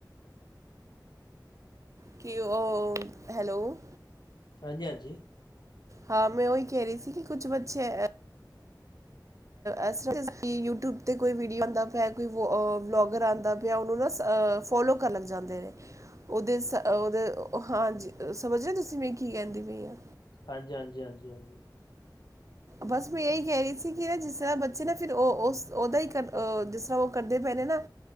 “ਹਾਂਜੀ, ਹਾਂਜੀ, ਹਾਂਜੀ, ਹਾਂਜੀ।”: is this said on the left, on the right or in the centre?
Left